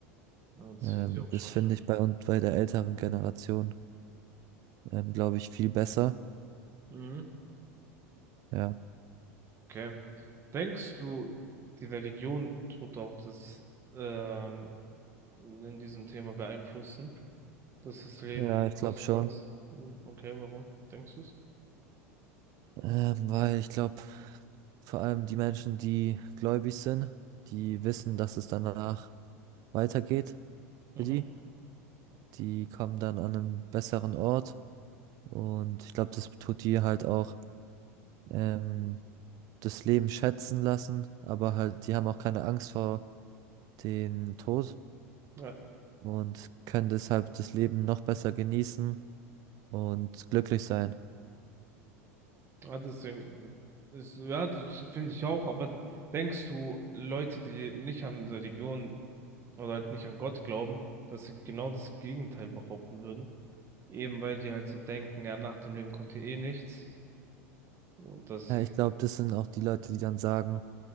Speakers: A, on the right (about 35°); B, on the right (about 50°).
A: Ja, das
B: Ähm,
A: finde ich auch
B: das
A: schon
B: finde
A: schön.
B: ich bei uns bei der älteren Generation, ähm, glaube ich, viel besser.
A: Mhm.
B: Ja,
A: Okay. Denkst du, die Religion tut auch das ähm, in diesem Thema beeinflussen? dass das Leben
B: ja, ich
A: kostbar
B: glaube schon,
A: ist. Hm, Okay, warum denkst du es?
B: ähm, weil ich glaube, vor allem die Menschen, die gläubig sind, die wissen, dass es danach weitergeht
A: Mhm.
B: für die. Die kommen dann an einen besseren Ort und ich glaube, das tut die halt auch. Ähm, das Leben schätzen lassen, aber halt, die haben auch keine Angst vor dem Tod
A: Ja,
B: und können deshalb das Leben noch besser genießen und glücklich sein.
A: ja, deswegen, äh, ist, ja, das finde ich auch, aber denkst du, Leute, die nicht an Religion oder halt nicht an Gott glauben, dass sie genau das Gegenteil behaupten würden? Eben weil die halt so denken, ja, nach dem Leben kommt hier eh nichts. Und dass
B: Ja,
A: sie,
B: ich glaube, das sind auch die Leute, die dann sagen,